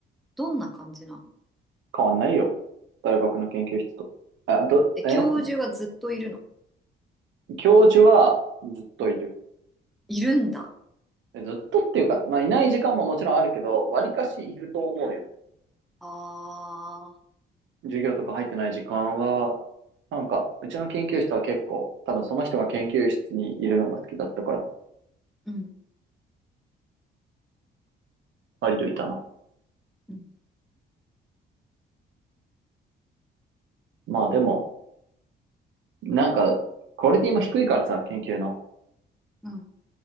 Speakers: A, in the centre; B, on the right.
A: どんな感じなの
B: 変わんないよ。大学の研究室と。あ、ど、
A: え、教授がずっといるの
B: え、教授はずっといる。
A: うんいるんだ。
B: ずっとっていうか、まあ、いない時間ももちろんあるけど、わりかしいると思うよ。
A: ああ、
B: 授業とか入ってない時間は、なんか、うちの研究室は結構、多分その人が研究室にいるのが好きだったから、
A: うん、
B: 割といたな。
A: うん
B: まあでも、なんか、クオリティも低いからさ、研究の。
A: うん、